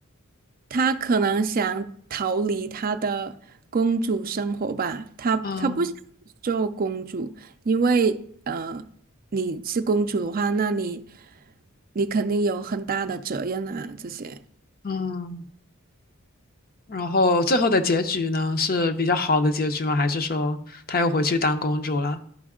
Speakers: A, on the right; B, on the left.
A: 他可能想逃离他的公主生活吧，他他不想做公主，
B: 啊
A: 因为呃，你是公主的话，那你你肯定有很大的责任啊，这些。
B: 嗯。然后最后的结局呢，是比较好的结局吗？还是说他又回去当公主了？